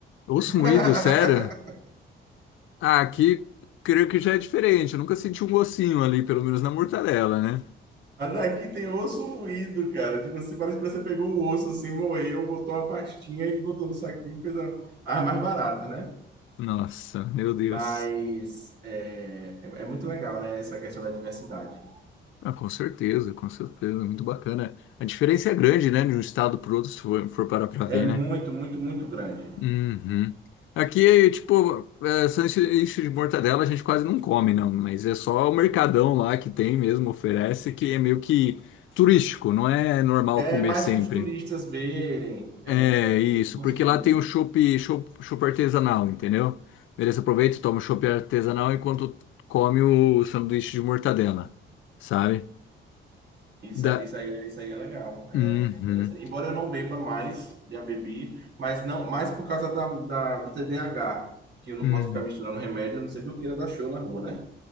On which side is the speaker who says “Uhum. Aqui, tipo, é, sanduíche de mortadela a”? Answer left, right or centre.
Left